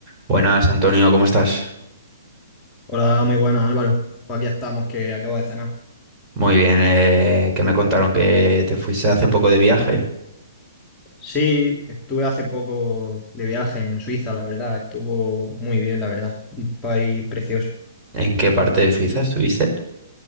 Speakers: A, on the right; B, on the left.
A: Buenas, Antonio, ¿cómo estás?
B: Hola, muy buenas Álvaro. Pues aquí estamos, que acabo de cenar.
A: Muy bien, eh, que me contaron que te fuiste hace poco de viaje.
B: Sí, estuve hace poco de viaje en Suiza, la verdad. Estuvo muy bien, la verdad. Un país precioso.
A: ¿En qué parte de Suiza estuviste?